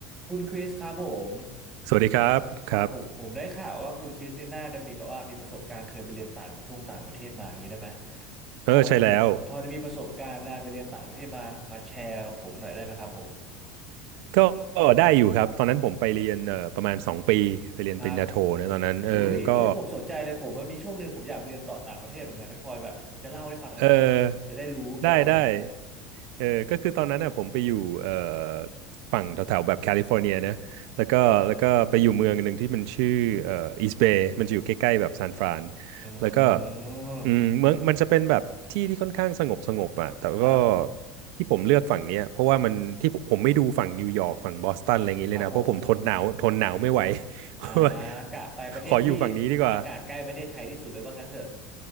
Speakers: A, on the right; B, on the right.
A: คุณคริสครับผม
B: สวัสดีครับครับ
A: ครับผมผมได้ข่าวว่าคุณคริสนี่น่าจะมีแบบว่ามีประสบการณ์เคยไปเรียนต่างประทงต่างประเทศมาอย่างนี้ได้ไหมพอจะมีพอจะมีประสบการณ์การไปเรียนต่างประเทศมามาแชร์กับผมหน่อยได้ไหมครับผม
B: เออใช่แล้วก็ได้อยู่ครับตอนนั้นผมไปเรียนเอ่อประมาณสองปีไปเรียนปริญญาโทนะตอนนั้นเออก็
A: ครับอุ้ยเอ้ยผมสนใจเลยผมมันมีช่วงหนึ่งผมอยากไปเรียนต่อต่างประเทศเหมือนกันเนี่ยพอแบบจะเล่าให้ฟังได้ไหมครับจะได้รู้แก้วหน่อย
B: เออได้ได้ เออก็คือตอนนั้นอ่ะผมไปอยู่เอ่อฝั่งแถวๆแบบแคลิฟอร์เนียนะแล้วก็แล้วก็ไปอยู่เมืองหนึ่งที่มันชื่อเอ่ออีสเบย์มันจะอยู่ใกล้ๆแบบซานฟราน
A: ครับอืม
B: แล้วก็อืมเมืองมันจะเป็นแบบที่ที่ค่อนข้างสงบสงบอ่ะแต่ก็
A: ครับ
B: ที่ผมเลือกฝั่งเนี้ยเพราะว่ามันที่ผมผมไม่ดูฝั่งนิวยอร์กฝั่งบอสตันอะไรอย่างงี้เลยนะ
A: ครับผม
B: เพราะผมทนหนาวทนหนาวไม่ไหว
A: อ่า
B: <laughs>
A: กะไปประเทศที่
B: ขออยู่ฝั่งนี้ดีกว่า
A: อากาศใกล้ประเทศไทยที่สุดเลยว่างั้นเถอะ